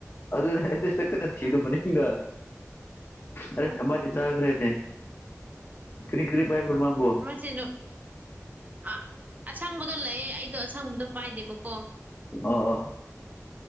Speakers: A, on the left; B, on the right.
A: ꯑꯗꯨꯅꯦꯗꯁ ꯇꯀ ꯅꯁꯤꯗꯨ ꯃꯅꯤ ꯍꯒ ꯑꯔꯦ
B: ꯎꯝ
A: ꯍꯃꯗꯤ ꯆꯥꯒ꯭ꯔꯦꯅꯦ ꯀꯔꯤ ꯀꯔꯤ ꯄꯥꯏꯕ꯭ꯔꯣꯃꯕꯨꯣ
B: ꯁꯤꯅ ꯑ ꯑꯁꯪꯕꯗꯣ ꯂꯩꯑꯦ ꯑꯩꯗꯣ ꯑꯁꯪꯕꯗꯣ ꯄꯥꯏꯗꯦꯕꯀꯣ
A: ꯑꯣ ꯑꯣ